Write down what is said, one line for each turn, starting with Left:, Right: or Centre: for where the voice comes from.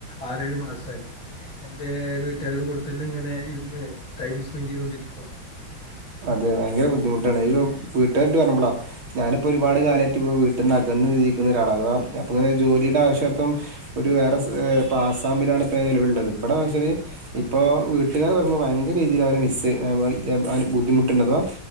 Left: ആറേഴ് മാസായി എന്റെ വീട്ട്കാരുടെ കൂടെ തന്നെ ഇങ്ങനെ ഇരുന്ന് ടൈം സ്പെൻഡ് ചെയ്തൊണ്ടിരിക്കുവ
Right: അതെ വയങ്കര ബുദ്ധിമുട്ടാണ് ഈ വീട്ടുകാര്ടെ പറഞ്ഞപ്പളാ ഞാനിപ്പോ ഒരുപാട് കാലായിട്ട് ഇപ്പോ വീട്ടിന്ന് അകന്ന് ജീവിക്കുന്ന ഒരാളാ അപ്പം ഇങ്ങനെ ജോലിടെ ആവശ്യാർത്തം ഒരു വേറെ ഇപ്പൊ ആസാമിലാണ് ഇപ്പ ഞാൻ നിലവില്ള്ളത് ഇവിടെ വെച്ചാല് ഇപ്പൊ വീട്ട്കാര് വരുമ്പോ ഭയങ്കര രീതില് അവരെ മിസ് അവ അ ബുദ്ധിമുട്ട്ണ്ട് അപ്പൊ